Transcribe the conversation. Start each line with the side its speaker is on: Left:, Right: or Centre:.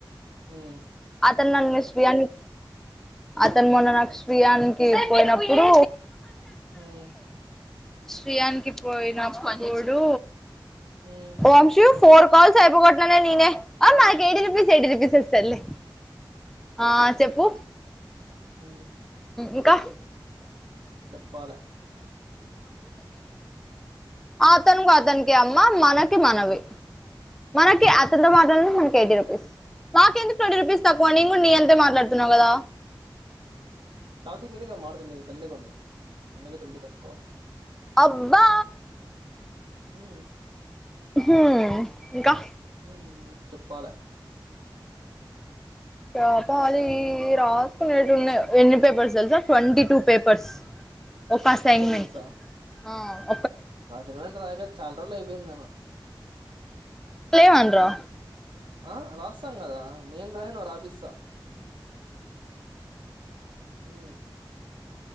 Right: హు
Centre: అతను నన్ను <unintelligible> అతను మొన్న <unintelligible> యానికి పోయినప్పుడు
Right: హ్మ్
Centre: శ్రీయాన్కి పోయినా
Right: హ్మ్
Centre: అప్పుడు దొ
Right: హ్మ్.
Centre: ఓ అన్షు ఫోర్ కాల్స్ అయిపోగొట్టిన నేనే ఆ మా ఎయిటీ రుపీస్ ఎయిటీ రుపీస్ వస్తాది లే ఆ చెప్పు
Right: హ్మ్
Centre: ఇంకా
Right: <unintelligible>
Centre: అతను అతనీకే అమ్మ మనకి మనవి మనకి
Right: హ్మ్
Centre: అతనీతో మాటల ఎయిట్ రపీస్ నాకెందుకు ట్వంటీ రూపీస్ తక్కువ నేను కూడా నీ ఎంతే మాట్లాడుతున్నావు కదా
Right: టాపిక్ నేనే కాదా మాట్లాడుతున్నేది నేను సైలెంట్ ఉన్నావ్ అందుకే ట్వంటీ తక్కువ
Centre: అబ్బా
Right: హ్మ్
Centre: హు ఇంకా
Right: హు చెప్పాలి
Centre: స్టాప్ పాలి రాజ ఎన్ని పేపర్స్ తెలుసా ట్వంటీ టు పేపర్స్ ఒక అసైన్మెంట్
Right: అసైన్మెంట్సా
Centre: అహ
Right: అసైన్మెంట్ చాలా రోజులు అయిపోయింది నేను
Centre: లేవనరా
Right: హు ఆ రాస్తాం కదా నేను రాయను రా రేపిస్త హు